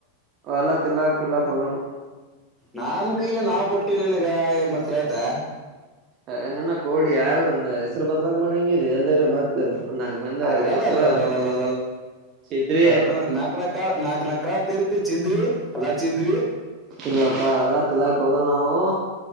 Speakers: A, on the right; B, in the centre.
A: ಅವ ಎಲ್ಲಾ ತಿಲ್ಲಾಕ್ ಪಿಲ್ಲಕ ಹೋಗಲ
B: ನನ್ ಕೈಲ ನಾವ್ ಕೊಟ್ಟಿವವಿನ್ಗ ಮತ್ ಹೇಳ್ತ
A: ಏ ನಿನ್ನ ಕೋಡಿ ಯಾರ್ದನ ಹೆಸರು ಬದಲಾಮ್ ಮಾಡಂಗಿದ ಎಲ್ಲರ ಮತ್ ನಾಕ್ ಮಂದಿ
B: ಅಲಲಲಲಲ
A: ಹೆಸರ ಅದು ಸಿದ್ರಿ
B: ಹ್ಮ್ ನಾಕ್ ನಾಕ್ ಕಾಳ ನಾಕ್ ನಾಕ್. ಕಾಳ್ ತಿರ್ತಿ ಚಿದ್ರಿ ಅಲ್ಲಾ ಚಿದ್ರಿ.
A: ಇಲ್ಲಪ್ಪಾ ಎಲ್ಲಾ ತಿಲ್ಲಾಕ್ ಹೋಗಲ್ ನವು